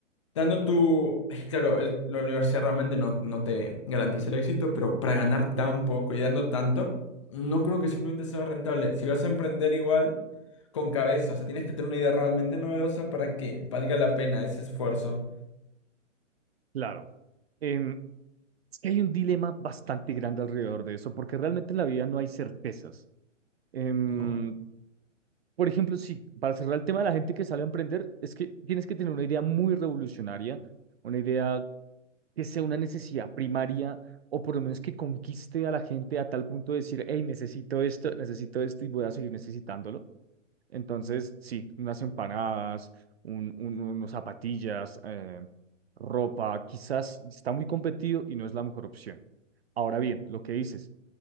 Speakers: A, on the left; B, on the right.
A: Dando tu, claro, el- la universidad realmente no, no te garantiza el éxito, pero para ganar tan poco y dando tanto, no creo que simplemente sea rentable. Si vas a emprender igual con cabeza, o sea, tienes que tener una idea realmente novedosa para que valga la pena ese esfuerzo.
B: Claro. Em, es que hay un dilema bastante grande alrededor de eso, porque realmente en la vida no hay certezas. Em,
A: No,
B: por ejemplo, sí, para cerrar el tema de la gente que sale a emprender, es que tienes que tener una idea muy revolucionaria, una idea que sea una necesidad primaria, o por lo menos que conquiste a la gente a tal punto de decir, hey, necesito esto, necesito esto y voy a seguir necesitándolo. Entonces, sí, unas empanadas, un, un- unos zapatillas, eh, ropa, quizás está muy competido y no es la mejor opción. Ahora bien, lo que dices,